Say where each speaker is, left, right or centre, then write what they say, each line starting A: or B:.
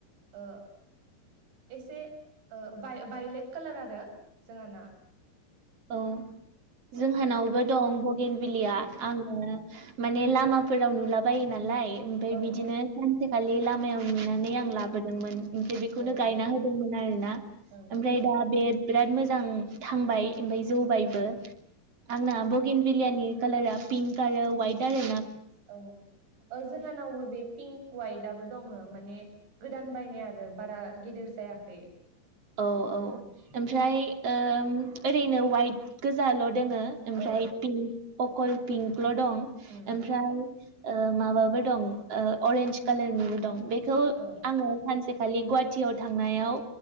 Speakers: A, on the right; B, on the right.
A: ओ एसे ओ वाय वायलेट कालार आरो जोंहाना।
B: औ जोंहानावबो
A: औ
B: दं बगेनबिलिया
A: औ
B: आङो माने लामाफोराव नुलाबायो नालाय ओमफ्राय
A: औ
B: बिदिनो सानसेखालि ला मायाव नुनानै आं लाबोदोंमोन ओमफ्राय बेखौनो
A: ओं
B: गायना होदोंमोन आरो ना।
A: ओं
B: ओमफ्राय दा बे बिराद मोजां थांबाय ओमफ्राय जौबायबो।
A: ओं
B: आंना बगेन बिलियानि कालारा पिंक आरो वाइट आरो
A: औ औ जोंहानावबो बे पिंक <unintelligible> दङो माने गोदान बायनाय आरो बारा गेदेर जायाखै।
B: औ औ ओमफ्राय ओम ओरैनो वाइट गोजाल' दोङो ओमफ्राय
A: औ
B: पिंक अकल पिंक ल' दं
A: उम
B: ओमफ्राय ओ माबाबो दं ओ अरेन्ज कालारनिबो दं बेखौ
A: औ
B: आङो सान खालि गुवाहाटियाव थांनायाव